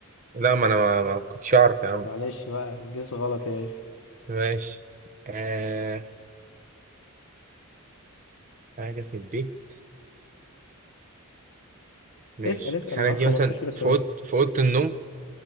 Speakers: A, on the right; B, on the left.
A: لا ما أنا ما, ما كنتش أعرف يا عم
B: معلش بقى جس غلط يا باشا
A: ماشي آه حاجة في البيت ماشي
B: اسأل اسأل
A: الحاجة
B: معاك
A: دي
B: 15
A: مثلا
B: سؤال
A: في أوضة في أوضة النوم